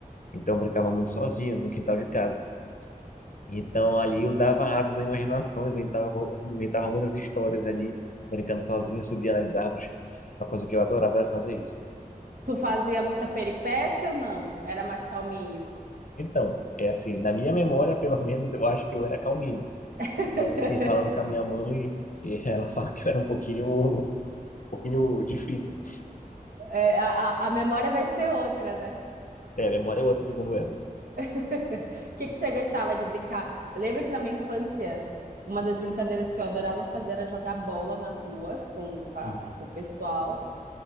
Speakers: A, on the left; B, on the right.
A: Então eu brincava muito sozinho no quintal de casa. Então ali eu dava asas à imaginação, eu inventava, eu inventava muitas histórias ali, brincando sozinho, subia nas árvores. Uma coisa que eu adorava era fazer isso.
B: Tu fazia muita peripécia ou não? Era mais calminho?
A: Então, é assim, na minha memória, pelo <laughs> menos, eu acho que eu era calminho.
B: <laughs>
A: Mas assim, falando com a minha mãe, ela <laughs> fala que eu era um pouquinho um pouquinho difícil.
B: É, a, a a memória vai ser outra, né?
A: É, a memória é outra, segundo ela.
B: <laughs> O que que você gostava de brincar? Eu lembro que na minha infância, uma das brincadeiras que eu adorava fazer era jogar bola na rua com, com, a-
A: Uhum.
B: com o pessoal.